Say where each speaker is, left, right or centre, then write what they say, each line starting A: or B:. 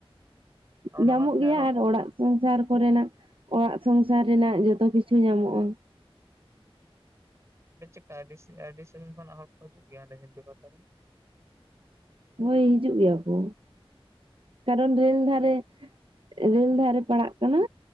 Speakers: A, on the right (about 30°); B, on the right (about 60°).
A: ᱚᱱᱟ
B: ᱧᱟᱢᱚᱜ
A: ᱵᱟᱫ ᱛᱮ
B: ᱜᱮᱭᱟ
A: ᱟᱨᱚ
B: ᱟᱨ ᱚᱲᱟᱜ ᱥᱚᱝᱥᱟᱨ ᱠᱚᱨᱮᱱᱟᱜ ᱚᱲᱟᱜ ᱥᱚᱝᱥᱟᱨ ᱨᱮᱱᱟᱜ ᱡᱚᱛᱚ ᱠᱤᱪᱷᱩ ᱧᱟᱢᱚᱜᱼᱟ
A: ᱚᱸᱰᱮ ᱪᱮᱠᱟ ᱟᱹᱰᱤ <unintelligible> ᱟᱹᱰᱤ ᱥᱟᱺᱜᱤᱧ ᱠᱷᱚᱱᱟᱜ ᱦᱚᱲ ᱠᱚ ᱦᱤᱡᱩᱜ ᱜᱮᱭᱟ ᱚᱸᱰᱮ ᱡᱷᱟᱹᱱᱴᱤ ᱯᱟᱛᱟ ᱨᱮ
B: ᱦᱳᱭ ᱦᱤᱡᱩᱜ ᱜᱮᱭᱟ ᱠᱚ ᱠᱟᱨᱚᱱ ᱨᱮᱹᱞ ᱫᱷᱟᱨᱮ ᱨᱮᱹᱞ ᱫᱷᱟᱨᱮ ᱯᱟᱲᱟᱜ ᱠᱟᱱᱟ